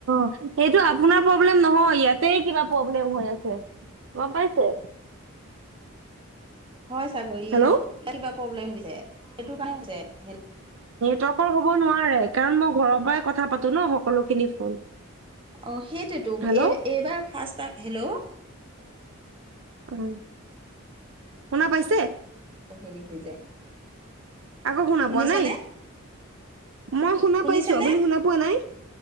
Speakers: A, on the right (about 60°); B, on the right (about 25°).
A: সেইটো আপোনাৰ। প্ৰব্লেক নহয় ইয়াতেই কিবা প্ৰব্লেম হৈ আছে গম পাইছে।
B: হয় চাগৈ
A: হেল্ল'
B: কিবা প্ৰব্লেম দিছে সেইটো কাৰ
A: তৰ্ক হব নোৱাৰে কাৰণ মই ঘৰৰ পৰাই কথা পাতো ন সকলোখিনি ফোন।
B: অঁ সেইটোৱেতো।
A: হেল্ল'
B: এই এইবাৰ ফাৰ্ষ্ট টাই, হেল্ল'।
A: উম। শুনা পাইছে?
B: অ হেৰি হৈ যায়।
A: আকৌ শুনা
B: শুনিছেনে
A: পোৱা নাই? মই শুনা
B: শুনিছেনে
A: পাইছো আপুনি শুনা পোৱা নাই?